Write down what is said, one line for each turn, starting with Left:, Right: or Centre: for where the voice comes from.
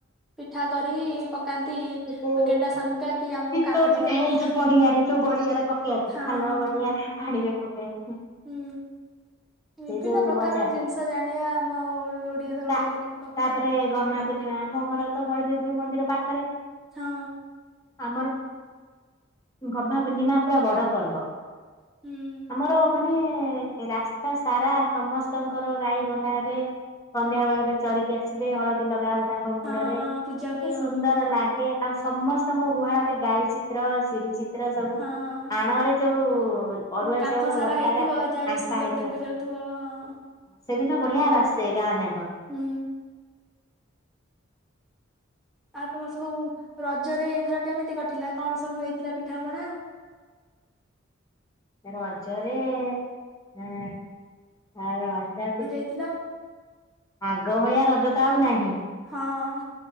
Centre: ପିଠା କରିକି ପକାନ୍ତି
Left: ଯିବୁ
Centre: ଗେଣ୍ଡା ଶାମୁକା କି ଆମକୁ
Left: ପିଟଉ
Centre: କାମୁଡିବନି।
Left: ପିଠା ହେଇକି ପଡିଆରେ ଯୋଉ ଗଡିଆରେ ପକେଇବାକୁ
Centre: ହଁ
Left: ଖାଲ
Centre: ହଁ
Left: ଗଡିଆରେ ପାଣି ରେ ପକେଇବା।
Centre: ହୁଁ ବିଭିନ୍ନ
Left: ଯୋଉ
Centre: ପ୍ରକାର
Left: ମଜା
Centre: ଜିନିଷ ଜାଣିବା ଆମ ଓଡିଆ ଓଡିଆ
Left: ତା
Centre: ଲୋକଙ୍କ ପାଖରୁ
Left: ତାପରେ ଗମା ପୂର୍ଣ୍ଣିମା ଆମ ଘର ତ ବଳଦେବଜୀଉ ମନ୍ଦିର ପାଖରେ।
Centre: ହଁ।
Left: ଆମର ଗମା ପୂର୍ଣ୍ଣିମା ପୁରା ବଡ ପର୍ବ।
Centre: ହୁଁ।
Left: ଆମର ମାନେ ରାସ୍ତା ସାରା ସମସ୍ତଙ୍କର ଗାଈ ବନ୍ଧା ହେବେ। ସନ୍ଧ୍ୟା ବେଳେ ଚରିକି ଆସିବେ ହଳଦୀ ଲଗା ହବ ତାଙ୍କ ମୁଣ୍ଡରେ
Centre: ହଁ ହଁ
Left: କି
Centre: ପୂଜା ହୁଏ
Left: ସୁନ୍ଦର
Centre: ହଁ ମୁଁ ଜାଣିଛି
Left: ଲା ଗେ ଆଉ ସମସ୍ତଙ୍କ ଗୁହାଳରେ ଗାଈ ଚିତ୍ର ସିଡି ଚିତ୍ର ତ୍ର ସବୁ
Centre: ହଁ
Left: ଆଣରେ ଯୋଉ ଅରୁଆ
Centre: କାନ୍ଥ
Left: ଚାଉଳ
Centre: ସାରା
Left: ବଟାରେ
Centre: ହେଇଥିବ ଯାହାର
Left: ଆଙ୍କା
Centre: ସୁନ୍ଦର
Left: ହେଇିଥିବ।
Centre: <unintelligible>
Left: ସେ ଦିନ ବଢିଆ ବାସେ ଗାଁ ଯାକ।
Centre: ହୁଁ। ଆଉ ତମର ସବୁ ରଜରେ ଏଇଥର କେମିତି କଟିଲା କଣ ସବୁ ହେଇଥିଲା ପିଠାପଣା?
Left: ରଜରେ ଆ ଆ ରଜ ପି
Centre: ଥିଲ।
Left: ଆଗ ଭଳିଆ ରଜ ତ ଆଉ ନାହିଁ।
Centre: ହଁ